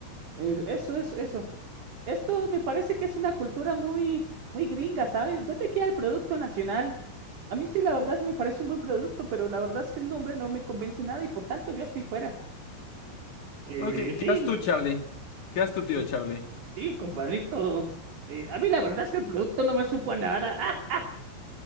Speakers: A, on the right (about 45°); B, on the left (about 50°).
A: Es- Eso, eso, eso. Esto me parece que es una cultura muy, muy gringa, ¿sabes? ¿Dónde queda el producto nacional? A mí sí, la verdad, sí me parece un buen producto, pero la verdad es que el nombre no me convence nada y por tanto yo estoy fuera. Eh,
B: Ok, ¿qué
A: sí,
B: haces tú, Charlie? ¿Qué haces tú, tío
A: mm,
B: Charlie?
A: sí, compadrito. Eh, a mí la verdad es que el producto no me supo a nada. Ah,